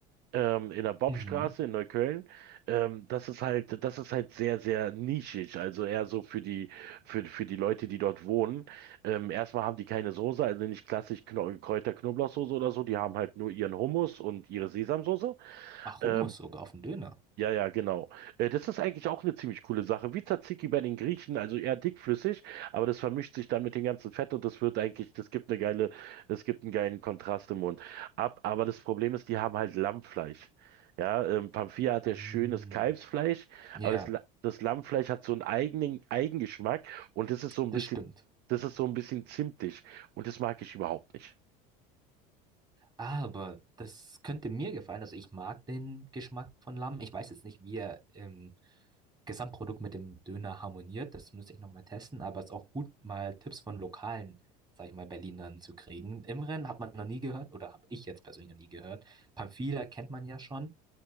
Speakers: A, on the right; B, on the right.
A: ähm, in der Bobstraße
B: Mhm.
A: in Neukölln. Ähm, das ist halt, das ist halt sehr, sehr nischig. Also eher so für die, für, für die Leute, die dort wohnen. Ähm, erstmal haben die keine Soße, also nicht klassisch Kno Kräuter-Knoblauchsoße oder so. Die haben halt nur ihren Hummus und ihre Sesamsoße.
B: Ach,
A: Ähm,
B: Hummus sogar auf dem Döner.
A: ja, ja, genau. Äh, Das ist eigentlich auch eine ziemlich coole Sache. Wie Tzatziki bei den Griechen, also eher dickflüssig, aber das vermischt sich dann mit dem ganzen Fett und das wird eigentlich, das gibt eine geile, das gibt einen geilen Kontrast im Mund ab. Aber das Problem ist, die haben halt Lammfleisch. Ja, ähm, Pamphia hat
B: Ähm,
A: ja schönes Kalbsfleisch,
B: ja,
A: aber das, La- das Lammfleisch hat so einen eigenen Eigengeschmack und das ist so ein
B: das
A: bisschen,
B: stimmt.
A: das ist so ein bisschen zimtig und das mag ich überhaupt nicht.
B: Aber das könnte mir gefallen. Also ich mag den Geschmack von Lamm. Ich weiß jetzt nicht, wie er im Gesamtprodukt mit dem Döner harmoniert. Das müsste ich nochmal testen. Aber es ist auch gut, mal Tipps von lokalen, sag ich mal, Berlinern zu kriegen. Imren hat man noch nie gehört oder habe ich jetzt persönlich noch nie gehört. Pamphila kennt man ja schon.